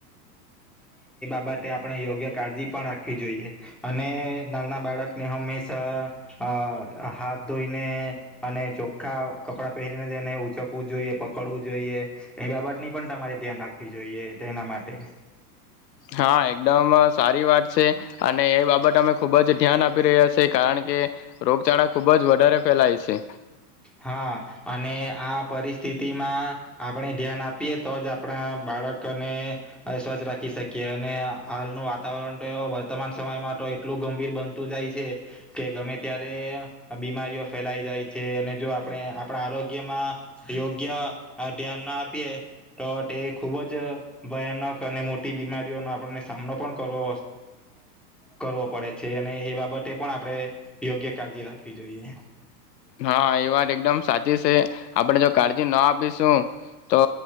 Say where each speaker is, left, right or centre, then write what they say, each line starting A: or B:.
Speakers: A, in the centre; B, on the left.
A: માટે આપણે યોગ્ય કાળજી પણ રાખવી જોઈએ અને નાલના બાળકને હંમેશા અ હાથ ધોઈને અને ચોખ્ખા કપડાં પહેરીને તેને ઉચકવું જોઈએ પકડવું જોઈએ એ બાબત ની પણ તમારે ધ્યાન રાખે. આપવી જોઈએ તે એના માટે.
B: હા એકદમ સારી વાત છે અને એ બાબત અમે ખુબ જ ધ્યાન આપી રહ્યા છે કારણ કે રોગચાળા ખુબ જ વધારે ફેલાય છે.
A: હા અને આ પરિસ્થિતિમાં આપણે ધ્યાન આપીએ તો જ આપણા બાળકને સ્વચ્છ રાખી શકીએ અને હાલનું વાતાવરણ તો વર્તમાન સમયમાં તો એટલું ગંભીર બનતું જાય છે કે ગમે ત્યારે બીમારીઓ ફેલાઈ જાય. છે અને જો આપણે આપણા આરોગ્યમાં યોગ્ય ધ્યાન ના આપીએ તો તે ખૂબ જ ભયાનક અને મોટી બીમારીઓનો આપણને સામનો પણ કરવો કરવો પડે છે અને એ બાબતે પણ આપણે યોગ્ય કાળજી રાખવી જોઈએ.
B: હા એ વાત એકદમ સાચી છે આપણે જો કાળજી ના આપીશું તો